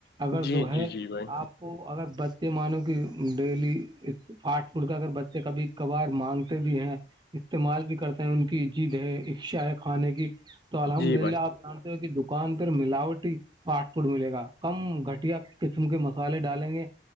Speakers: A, on the right; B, on the left.
A: اگر
B: جی
A: جو ہے
B: جی جی بھائی
A: آپ کو اگر بچے مانو کہ ڈیلی فاسٹ فوڈ کا اگر بچے کبھی کبھار مانگتے بھی ہیں استعمال بھی کرتے ہیں ان کی جد ہے اشا ہے کھانے کی تو الحمد
B: جی
A: للہ
B: بھائی
A: آپ جانتے ہو کہ دکان پہ ملاوٹ فاسٹ فوڈ ملے گا کم گھٹیا قسم کے مسالے ڈالیں گے